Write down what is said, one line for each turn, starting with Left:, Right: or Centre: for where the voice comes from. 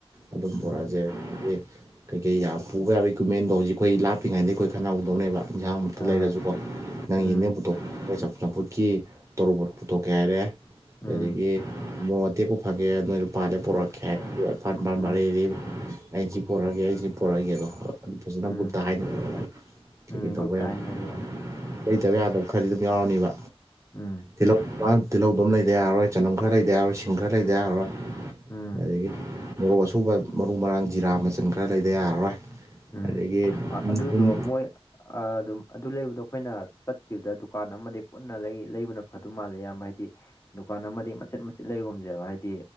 Right: ꯑꯗꯨꯝ
Left: ꯎꯝ
Right: ꯄꯨꯔꯛꯑꯁꯦ ꯀꯩ ꯀꯩ ꯌꯥꯝ ꯄꯨꯕ ꯌꯥꯕ ꯏꯀ꯭ꯋꯤꯞꯃꯦꯟꯗꯣ ꯍꯧꯖꯤꯛ ꯑꯩꯈꯣꯏ ꯂꯥꯞꯄꯤꯔꯤꯉꯩ ꯑꯩꯈꯣꯏ ꯈꯟꯅꯍꯧꯗꯧꯅꯦꯕ ꯌꯦꯟꯁꯥꯡꯃꯛꯇꯨ
Left: ꯑꯥ
Right: ꯂꯩꯔꯁꯨꯀꯣ ꯅꯪ
Left: ꯎꯝ
Right: ꯌꯦꯟꯗꯅ ꯄꯨꯊꯣꯛ ꯆꯝꯐꯨꯠꯀꯤ ꯇꯣꯔꯨꯕ ꯄꯨꯊꯣꯛꯀꯦ ꯍꯥꯏꯔꯦ
Left: ꯎꯝ
Right: ꯑꯗꯨꯗꯒꯤ ꯃꯣꯇ ꯄꯨꯐꯦꯅ ꯄꯥꯂ
Left: ꯎꯝ
Right: ꯄꯨꯔ ꯍꯥꯏ ꯀꯥꯔ
Left: ꯎꯝ
Right: ꯑꯩꯁꯤ ꯄꯣꯔꯛꯑꯒꯦ ꯑꯩꯁꯤ ꯄꯣꯔꯛꯑꯒꯦ ꯑꯗꯣ ꯑꯗꯨ ꯐꯖꯅ
Left: ꯎꯝ
Right: ꯚꯨꯨꯞꯠꯇ ꯍꯥꯏꯗ ꯀꯩꯀꯩ
Left: ꯎꯝ
Right: ꯇꯧꯕ
Left: ꯒ꯭ꯔꯨꯞꯇ
Right: ꯌꯥꯕ
Left: ꯍꯥꯏꯅꯔꯁꯦ ꯑꯌꯥꯝꯕ
Right: ꯂꯩꯇꯕ ꯌꯥꯗꯕ ꯈꯔꯗꯤ ꯑꯗꯨꯝ ꯌꯥꯎꯔꯅꯦꯕ
Left: ꯎꯝ
Right: ꯇꯤꯜꯍꯧ ꯇꯤꯜꯍꯧꯗꯨꯝ ꯂꯩꯗꯤ ꯌꯥꯔꯣꯏ ꯆꯅꯝ ꯈꯔ ꯂꯩꯗꯤ ꯌꯥꯔꯣꯏ ꯏꯁꯤꯡ ꯈꯔ ꯂꯩꯗꯤ ꯌꯥꯔꯣꯏ
Left: ꯎꯝ
Right: ꯑꯗꯒꯤ ꯃꯣꯔꯣꯛ ꯑꯁꯨꯕ ꯃꯔꯨ ꯃꯔꯥꯡ ꯖꯤꯔꯥ ꯃꯆꯜ ꯈꯔ ꯂꯩꯕ ꯌꯥꯔꯔꯣꯏ
Left: ꯎꯝ
Right: ꯑꯗꯒꯤ
Left: ꯑꯗꯨꯗꯣ
Right: ꯊꯨꯝ
Left: ꯃꯣꯏ ꯑ ꯑꯗꯨꯝ ꯑꯗꯨ ꯂꯩꯕꯗꯣ ꯑꯩꯈꯣꯏꯅ ꯆꯠꯈꯤꯕꯗ ꯗꯨꯀꯥꯟ ꯑꯃꯗꯤ ꯄꯨꯟꯅ ꯂꯩ ꯂꯩꯕꯅ ꯐ ꯑꯗꯨ ꯃꯥꯜꯂꯦ ꯑꯌꯥꯝꯕ ꯍꯥꯏꯕꯗꯤ ꯗꯨꯀꯥꯟ ꯑꯃꯗꯤ ꯃꯆꯦꯠ ꯃꯆꯦ ꯃꯆꯤꯠꯂꯒꯨꯝꯁꯦꯕ ꯍꯥꯏꯗꯤ